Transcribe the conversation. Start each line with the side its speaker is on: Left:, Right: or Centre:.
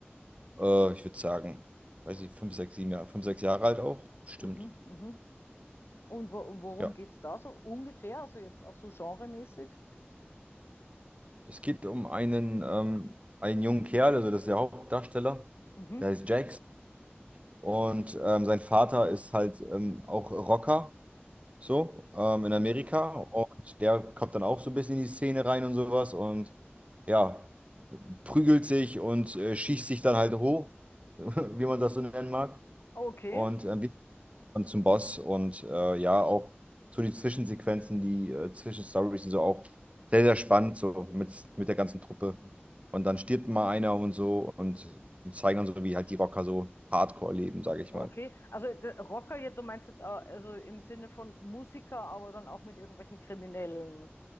Right: äh, ich würde sagen, weiß ich, fünf, sechs, sieben Jahre, fünf, sechs Jahre alt auch. Stimmt.
Left: Mhm, mhm. Und wo worum
Right: Ja.
Left: geht es da so ungefähr? Also jetzt auch so genremäßig?
Right: Es geht um einen, ähm, einen jungen Kerl, also das ist der Hauptdarsteller,
Left: Mhm,
Right: der heißt Jax. Und ähm, sein Vater ist halt ähm, auch Rocker, so, ähm,
Left: mhm.
Right: in Amerika. Und der kommt dann auch so ein bisschen in die Szene rein und sowas. Und ja. prügelt sich und äh, schießt sich dann halt hoch, <laughs> wie man das so nennen mag,
Left: Okay.
Right: und äh, wird dann zum Boss und äh, ja, auch so die Zwischensequenzen, die äh, Zwischenstories sind so auch sehr, sehr spannend, so mit, mit der ganzen Truppe. Und dann stirbt mal einer und so und die zeigen dann so, wie halt die Rocker so Hardcore leben, sage ich
Left: Okay,
Right: mal.
Left: also d- Rocker, ja, du meinst jetzt auch, also im Sinne von Musiker, aber dann auch mit irgendwelchen kriminellen